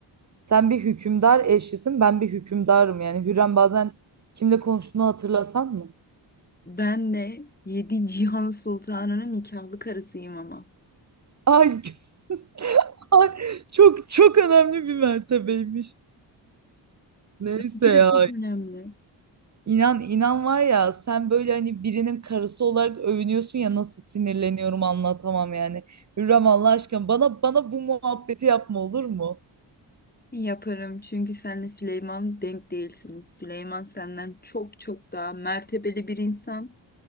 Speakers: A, on the right; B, on the left.
A: sen bir hükümdar eşlisin ben bir hükümdarım yani. Hürrem bazen kimle konuştuğunu hatırlasan mı?
B: Ben de yedi Cihan Sultanı'nın nikahlı karısıyım ama.
A: Ay, <laughs> ay çok çok önemli bir mertebeymiş. Neyse
B: İki
A: ya
B: de çok önemli.
A: İnan inan var ya sen böyle hani birinin karısı olarak övünüyorsun ya nasıl sinirleniyorum anlatamam yani. Hürrem Allah aşkına bana bana bu muhabbeti yapma olur mu?
B: Yaparım çünkü senle Süleyman denk değilsiniz. Süleyman senden çok çok daha mertebeli bir insan.